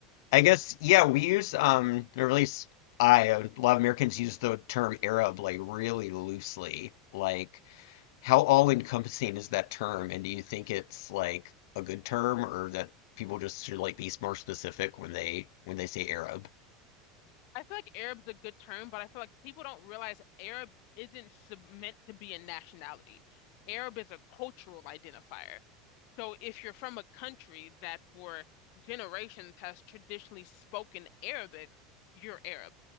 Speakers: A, on the left; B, on the left.
A: I guess yeah, we use um or at least I a lot of Americans use the term Arab like really loosely. Like how all-encompassing is that term? And do you think it's like a good term or that people just should like be more specific when they when they say Arab?
B: I feel like Arab's a good term, but I feel like people don't realize Arab isn't sub- meant to be a nationality. Arab is a cultural identifier. So if you're from a country that for generations has traditionally spoken Arabic, you're Arab.